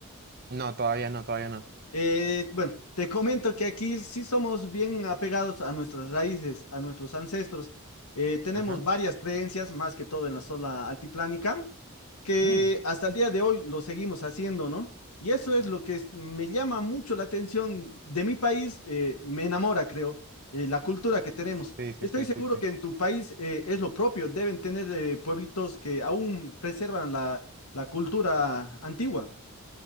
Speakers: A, on the right; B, on the left.
A: No, todavía no, todavía no.
B: Eh, bueno, te comento que aquí sí somos bien apegados a nuestras raíces, a nuestros ancestros. Eh, tenemos
A: Ajá.
B: varias creencias, más que todo en la zona altiplánica, que
A: Mm.
B: hasta el día de hoy lo seguimos haciendo, ¿no? Y eso es lo que es- me llama mucho la atención de mi país, eh, me enamora, creo, eh, la cultura que tenemos.
A: Sí, sí,
B: Y estoy
A: sí,
B: seguro
A: sí, sí.
B: que en tu país eh, es lo propio, deben tener eh, pueblitos que aún preservan la la cultura antigua.